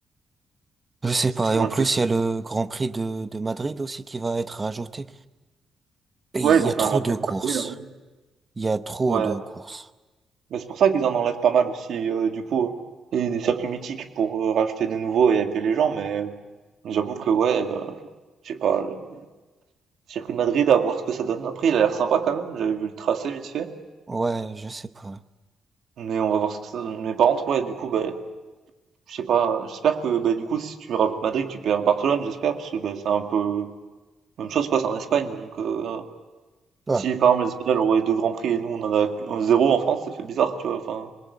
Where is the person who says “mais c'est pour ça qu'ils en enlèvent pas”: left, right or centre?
Right